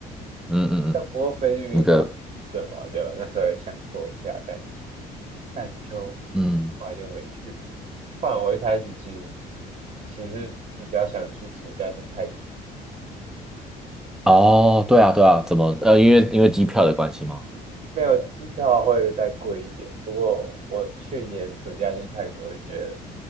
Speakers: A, in the centre; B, on the right (about 50°).
A: 嗯嗯嗯，
B: 但不过菲律宾不是有签证嘛，
A: 那个，
B: 就那时候有想过一下，但但就
A: 嗯，
B: 后来就没去了。不然我一开始其实其实比较想去暑假去泰国。
A: 哦，对啊对啊，怎么？呃，因为因为机票的关系吗？
B: 没有机票会再贵一点，不过我去年暑假去泰国就觉得